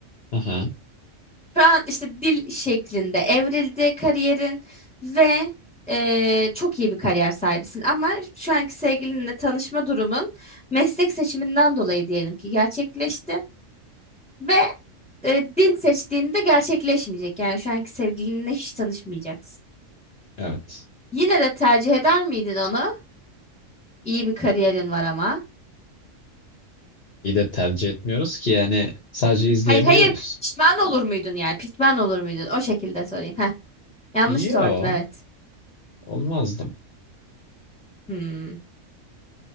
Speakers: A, on the left (about 55°); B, in the centre.
A: Aha,
B: Şu an işte dil şeklinde evrildi kariyerin ve e, çok iyi bir kariyer sahibisin ama şu anki sevgilinle tanışma durumun meslek seçiminden dolayı diyelim ki gerçekleşti. Ve e, dil seçtiğinde gerçekleşmeyecek. Yani şu anki sevgilinle hiç tanışmayacaksın.
A: evet.
B: Yine de tercih eder miydin onu? İyi bir kariyerin var ama.
A: İyi de tercih etmiyoruz ki yani sadece izleyebiliyoruz.
B: Hayır hayır pişman olur muydun yani? Pişman olur muydun? O şekilde sorayım. Heh, yanlış
A: Yo
B: sordum evet.
A: olmazdım.
B: Hmm,